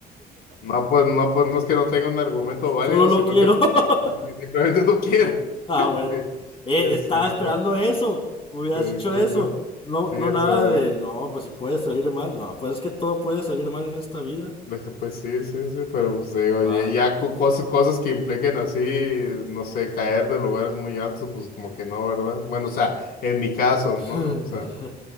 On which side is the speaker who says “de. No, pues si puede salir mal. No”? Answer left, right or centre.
Left